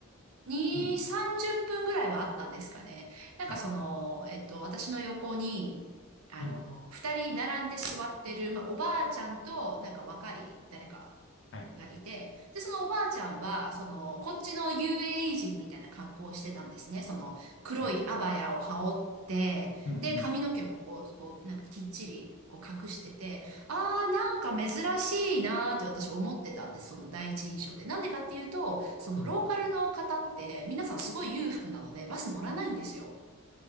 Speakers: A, on the right (about 80°); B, on the left (about 55°).
A: う。2、
B: うん。
A: 30分ぐらいはあったんですかね。なんかその、
B: はい。
A: えっと、私の横に、あの、
B: うん。
A: 二人並んで座ってる、まあ、おばあちゃんと、なんか若い誰か、
B: はい。
A: がいて、で、そのおばあちゃんは、その、こっちの UAE 人みたいな格好をしてたんですね。その、黒いアバヤを羽織って、
B: はい。うんうん
A: で、髪の毛もこう、こう、なんかきっちり、こう隠してて、あー、なんか珍しいなーって私思ってたんです。その第一印象で。なんでかっていうと、そのローカルの方って、
B: うん。
A: 皆さんすごい裕福なので、バス乗らないんですよ。